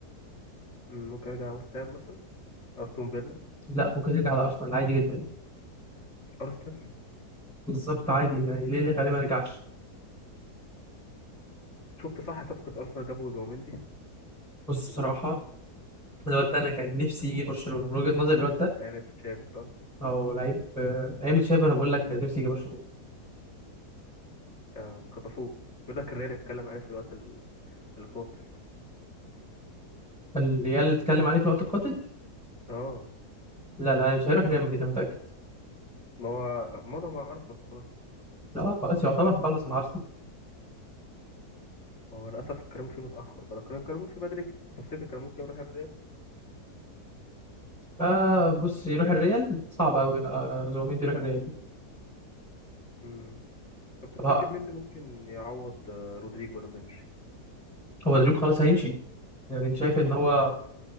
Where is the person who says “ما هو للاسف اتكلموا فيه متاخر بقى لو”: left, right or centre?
Left